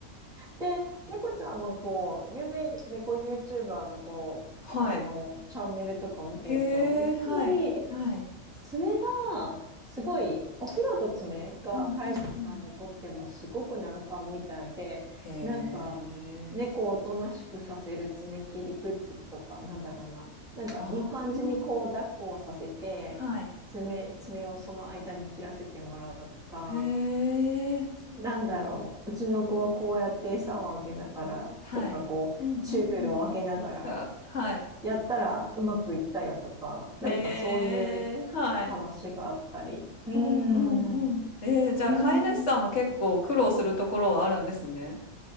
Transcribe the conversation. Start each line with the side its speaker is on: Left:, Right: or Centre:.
Centre: で、猫ちゃんのこう、有名猫 YouTuber のこう、
Left: はい。
Centre: あの、チャンネルとか見てると、
Left: へ
Centre: やっぱり、
Left: え、はい。はい。
Centre: 爪が、すごい、お風呂と爪が飼い主さんにとってもすごく難関みたいで、
Left: うんうんうん。へえ。
Centre: なんか、猫をおとなしくさせる爪切りグッズとか、なんだろうな、なんかいい感じにこう、
Left: ああ。
Centre: 抱っこをさせて、
Left: はい。
Centre: 爪、爪をその間に切らせてもらうとか、
Left: へえ。
Centre: なんだろう、うちの子はこうやって餌をあげながらとか、
Left: はい。
Centre: こう、
Left: うんうんうん。
Centre: チュールをあげながら、
Left: あ、はい。
Centre: やったらうまくいったよとか、なんかそういう
Left: へえ、はい。
Centre: 話があったり、うーん。
Left: うんうんうん。
Centre: う
Left: えー、じゃあ飼い主さんも結構苦労するところはあるんですね。
Centre: ーん。